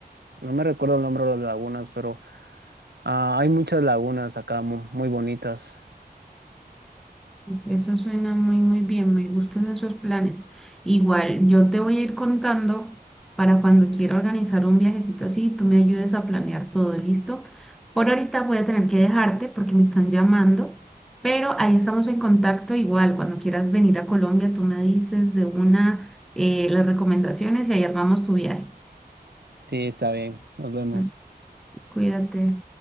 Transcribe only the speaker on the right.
no me recuerdo el nombre de las lagunas, pero ah, hay muchas lagunas acá mu- muy bonitas.
Sí, está bien. Nos vemos.